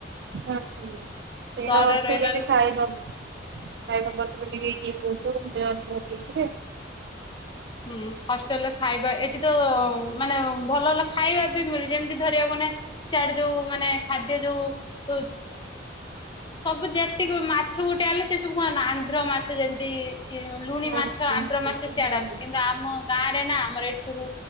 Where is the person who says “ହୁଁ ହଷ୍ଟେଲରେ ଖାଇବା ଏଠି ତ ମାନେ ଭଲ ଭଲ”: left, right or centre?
Left